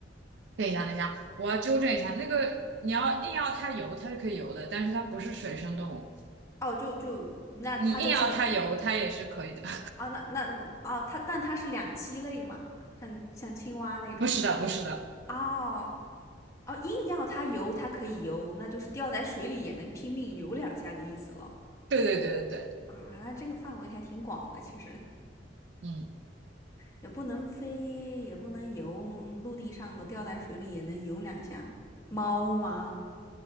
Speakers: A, on the right; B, on the left.
A: 等一下，等一下，我要纠正一下。那个你要硬要它游，它是可以游的，但是它不是水生动物。
B: 哦，就就那它这个是
A: 你硬要它油，它也是可以的。<laughs>
B: 啊，那那哦，它但它是两栖类吗？像像青蛙那种？
A: 不是的，不是的，
B: 哦哦，硬要它游，它可以游，那就是掉在水里也能拼命游两下的意思了
A: 对对对对对，
B: 啊，那这个范围还挺广的，其实
A: 嗯，
B: 也不能飞，也不能游，陆地上的掉在水里也能游两下。猫吗？